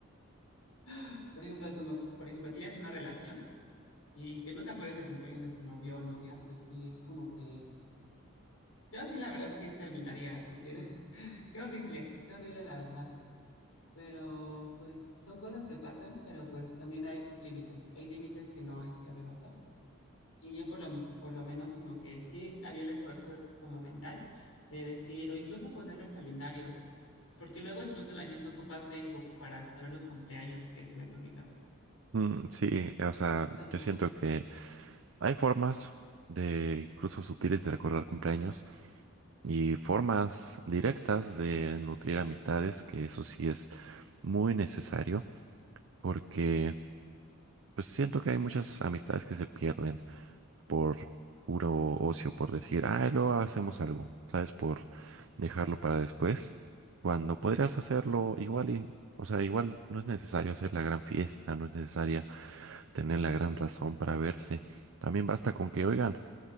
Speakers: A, on the left; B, on the right.
A: <gasps> por ejemplo, como, que, por ejemplo, tienes una relación y que no te acuerdes de cumpleaños de tu novio o novia, pues sí, es como que yo sí, la verdad, sí terminaría porque <laughs> qué horrible, qué horrible la verdad. Pero pues son cosas que pasan, pero pues también hay límites, hay límites que no hay que rebasar. Y yo por lo, por lo menos como que sí había el esfuerzo como mental de decir, o incluso ponerlo en calendarios, porque luego incluso la gente ocupa Facebook para saber los cumpleaños que se les olvidaron,
B: Mm, sí, o sea,
A: muchas
B: yo
A: cosas.
B: siento que hay formas de, incluso sutiles, de recordar cumpleaños y formas directas de nutrir amistades, que eso sí es muy necesario, porque pues siento que hay muchas amistades que se pierden por puro ocio, por decir, ah, luego hacemos algo, ¿sabes? Por dejarlo para después, cuando podrías hacerlo igual y, o sea, igual no es necesario hacer la gran fiesta, no es necesaria tener la gran razón para verse. También basta con que, oigan,